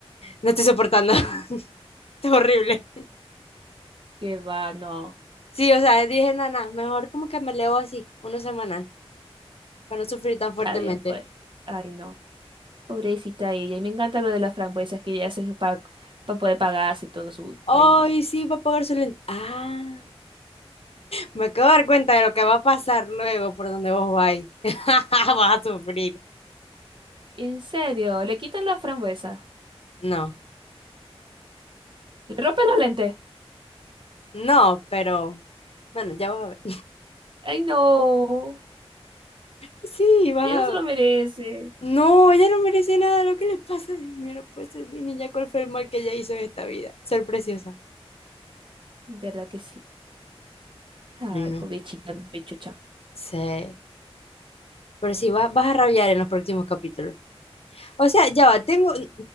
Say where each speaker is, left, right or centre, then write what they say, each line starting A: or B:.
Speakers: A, on the left (about 70°); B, on the right (about 50°).
A: no estoy soportando. <laughs> Es horrible.
B: Qué va, no.
A: Sí, o sea, dije, nana, mejor como que me leo así, uno semanal, para no sufrir tan fuertemente.
B: Está bien, pues. Ay, no. Pobrecita ella. Y me encanta lo de las frambuesas que ella hace para poder pagarse y todo su. Ay,
A: Ay,
B: no.
A: sí, va a pagar su lente. Ah, me acabo de dar cuenta de lo que va a pasar luego por donde vos vais. <laughs> Vas a sufrir.
B: En serio, le quitan las frambuesas.
A: No,
B: Le rompen los lentes.
A: no, pero bueno, ya vas a ver.
B: Ay, no.
A: Sí, vas
B: Ella
A: a...
B: no se lo merece.
A: No, ella no merece nada. Lo que le pasa, Dios mío, no puede ser mi niña. ¿Cuál fue el mal que ella hizo en esta vida? Ser preciosa.
B: ¿Verdad que sí? Ay,
A: Ay, no.
B: pobrecita, mi pechucha.
A: Sí. Pero sí, vas, vas a rabiar en los próximos capítulos. O sea, ya va, tengo... <sighs>